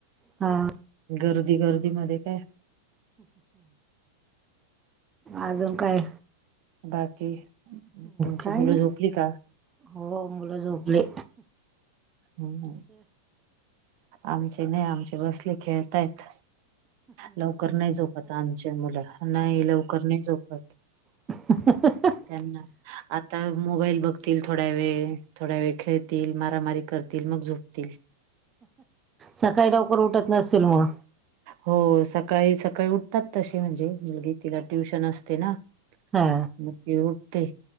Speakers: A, on the right (about 25°); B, on the right (about 55°).
A: हा.
B: गर्दी गर्दी मध्ये काय
A: अजून काय?
B: बाकी? तुमची
A: काय
B: मुलं
A: नाही.
B: झोपली का?
A: हो मुलं झोपली.
B: हम्म आमचे नाही. आमचे बसले. खेळतायत. लवकर नाही झोपत आमचे मुलं नाही लवकर नाही झोपत.
A: <unintelligible>
B: त्यांना आता मोबाईल बघतील थोड्या वेळ. थोड्या वेळ खेळतील. मारामारी कर तील. मग झोपतील.
A: सकाळी लवकर उठत नसतील मग?
B: हो सकाळी सकाळी उठतात तशी म्हणजे मुलगी तिला ट्युशन असते ना?
A: हा.
B: मग ती उठते.